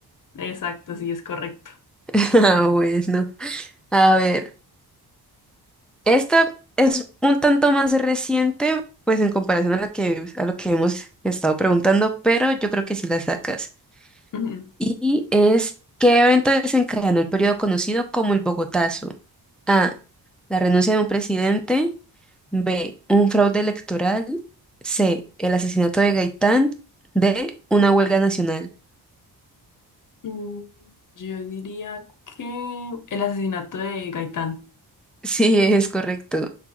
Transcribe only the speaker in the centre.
<laughs> Ah, bueno. A ver, esta es un tanto más reciente, pues en comparación a la que, a lo que hemos estado preguntando, pero yo creo que sí la sacas.
Y es, ¿qué evento desencadenó el periodo conocido como el Bogotazo? A, la renuncia de un presidente. B. Un fraude electoral. C. El asesinato de Gaitán. D. Una huelga nacional. <laughs>
Sí, es correcto.